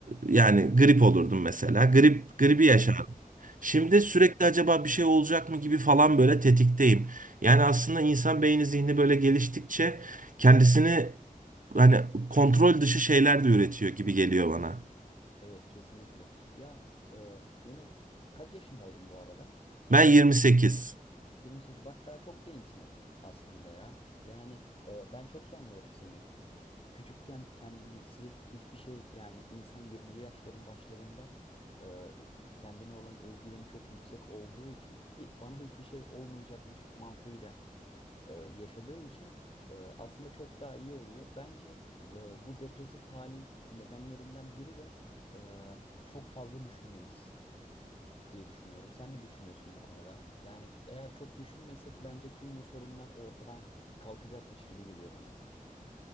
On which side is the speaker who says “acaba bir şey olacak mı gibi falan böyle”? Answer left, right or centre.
Right